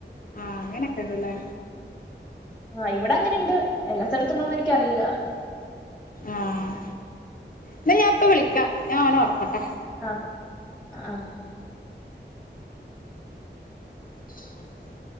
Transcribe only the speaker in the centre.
ആഹ്, ഇവിടെ അങ്ങനെണ്ട്. എല്ലാ സ്ഥലത്തുണ്ടോന്നെനിക്കറിയില്ല.
ആഹ്, അ ആഹ്.